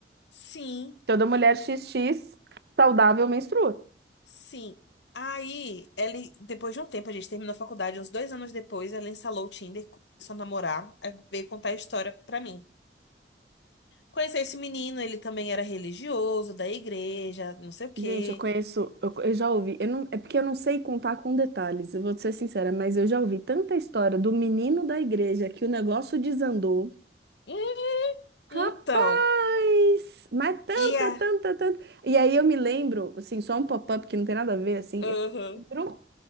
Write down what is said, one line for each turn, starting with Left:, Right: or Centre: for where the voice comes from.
Left: Sim,
Right: Toda mulher X X saudável menstrua.
Left: sim. Aí, ela, depois de um tempo, a gente terminou a faculdade, uns dois anos depois, ela instalou o Tinder, começou a namorar, aí veio contar a história pra mim. Conheci esse menino, ele também era religioso, da igreja, não sei o quê.
Right: Gente, eu conheço, eu, eu já ouvi, eu não, é porque eu não sei contar com detalhes, eu vou te ser sincera, mas eu já ouvi tanta história do menino da igreja que o negócio desandou.
Left: Hum,
Right: Rapaz!
Left: Então,
Right: Mas tanta,
Left: E a.
Right: tanta, tanta. E aí eu me lembro, assim, só um pop-up que não tem nada a ver, assim.
Left: Aham.
Right: Eu lembro